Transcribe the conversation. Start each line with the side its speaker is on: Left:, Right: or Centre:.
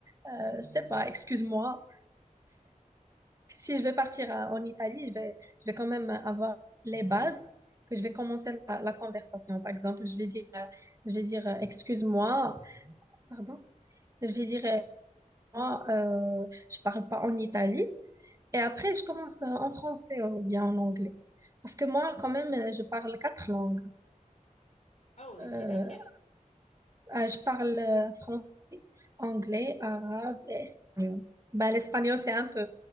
Right: euh, je sais pas, excuse-moi. Si je vais partir à- en Italie, je vais, je vais quand même avoir les bases, que je vais commencer la, la conversation. Par exemple, je vais dire, euh, je vais dire, euh, excuse-moi, pardon, je vais dire, euh, moi, euh, je parle pas en Italie. Et après, je commence euh, en français ou bien en anglais. Parce que moi, quand même, euh, je parle quatre langues.
Left: Oh, et
Right: Euh,
Left: c'est lesquels?
Right: ah, je parle euh, fran- anglais, arabe et espagnol. Bah, l'espagnol, c'est un peu,